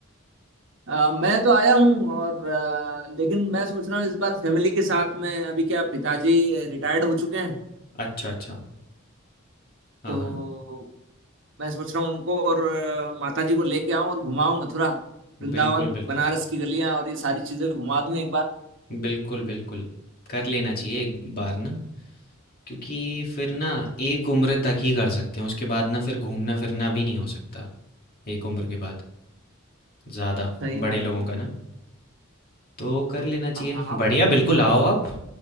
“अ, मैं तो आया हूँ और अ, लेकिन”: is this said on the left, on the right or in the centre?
Right